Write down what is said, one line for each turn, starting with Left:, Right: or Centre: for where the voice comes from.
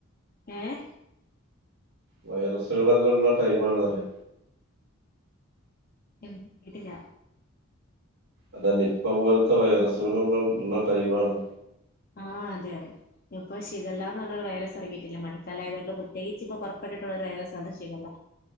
Left: ഏഹ്
Right: വൈറസുകളല്ലാം ഉള്ള ടൈം ആണ് പറയ
Left: എന്ത് കേട്ടില്ല
Right: അതനിപ്പ പോലത്തെ വൈറസുകളുള്ള ഉള്ള ടൈ മ് ആണ്
Left: ആഹ അതെ അതെ ഇപ്പ ശിഗല്ലന്ന്
Right: ഉം.
Left: പറഞ്ഞരു വൈറസ് ഇറങ്ങിട്ടീല്ലെ <unintelligible> ഇപ്പൊ പുറപ്പെട്ടിട്ടുള്ള ഒരു വൈറസ് അത് ശിഗല്ല